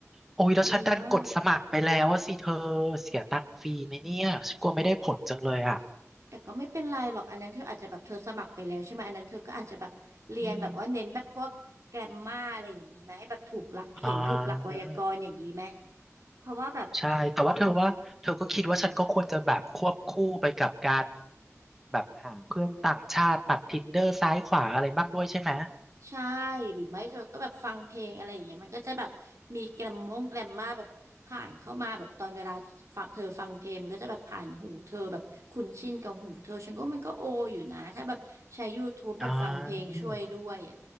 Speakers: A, in the centre; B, on the right.
A: โอ้ยแล้วฉันดันกดสมัครไปแล้วว่าสิเธอเสียตังค์ฟรีไหมเนี่ยฉันกลัวไม่ได้ผลจังเลยอ่ะ
B: ดีมาก แต่ก็ไม่เป็นไรหรอกอันนั้นเธออาจจะแบบเธอสมัครไปแล้วใช่ไหมอันนั้นเธอก็อาจจะแบบเรียนแบบว่าเน้นแบบพวกแกรมมาอะไรอย่างนี้ไหมให้แบบถูกหลักเขียนถูกหลักไวยากรณ์อย่างนี้ไหม
A: อืม อ่า
B: เพราะว่าแบบ
A: ใช่ แต่ว่าเธอว่า เธอก็คิดว่าฉันก็ควรจะแบบควบคู่ไปกับการแบบหาเพื่อนต่างชาติตัด Tinder ซ้ายขวาอะไรบ้างด้วยใช่ไหม
B: ใช่หรือไม่เธอก็แบบฟังเพลงอะไรอย่างเงี้ยมันก็จะแบบมีแกรมมงแกรมมาแบบผ่านเข้ามาแบบตอนเวลาฟังเธอฟังเพลงมันก็จะแบบผ่านหูเธอแบบคุ้นชินกับหูเธอฉันก็มันก็โออยู่นะถ้าแบบใช้ YouTube แบบฟังเพลงช่วยด้วยอ่ะ
A: อ่า